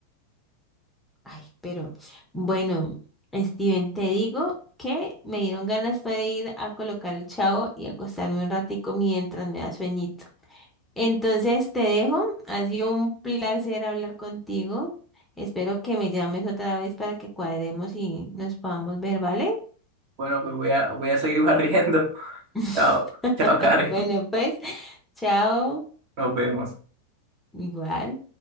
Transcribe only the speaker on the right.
Bueno, pues voy a, voy a seguir barriendo. <laughs>
Chao, chao, Karen.
Nos vemos.